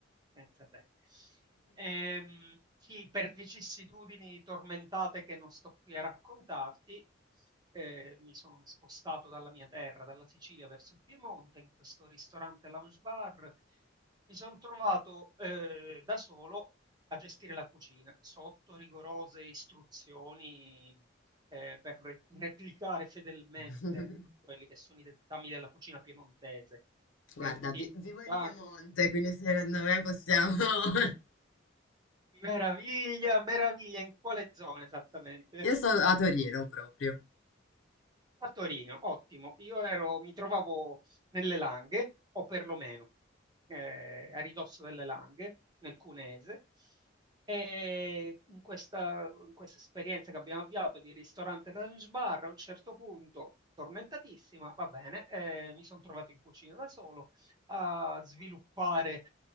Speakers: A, on the right (about 20°); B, on the left (about 80°).
A: pensa te. Ehm, sì, per vicissitudini tormentate che non sto qui a raccontarti, eh, mi sono spostato dalla mia terra, dalla Sicilia verso il Piemonte, in questo ristorante lounge bar. Mi sono trovato eh, da solo a gestire la cucina sotto rigorose istruzioni eh, per re- replicare fedelmente
B: <laughs>
A: quelli che sono i dettami della cucina piemontese.
B: Guarda,
A: Ok, quindi
B: vi- vivo in
A: ah,
B: Piemonte,
A: anche un-
B: quindi secondo me possiamo... <laughs>
A: meraviglia, meraviglia, in quale zona esattamente?
B: Io sono a Torino proprio.
A: A Torino, ottimo. Io ero, mi trovavo nelle Langhe, o perlomeno eh, a ridosso delle Langhe, nel Cunese, e in questa, in questa esperienza che abbiamo avviato di ristorante lounge bar, a un certo punto, tormentatissima, va bene, eh, mi sono trovato in cucina da solo a sviluppare